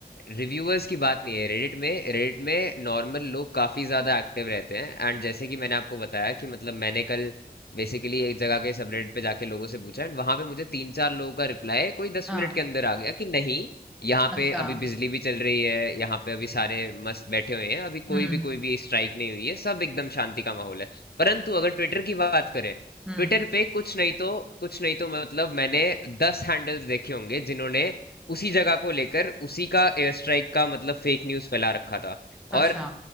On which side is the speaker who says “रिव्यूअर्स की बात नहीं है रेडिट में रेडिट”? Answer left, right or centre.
Left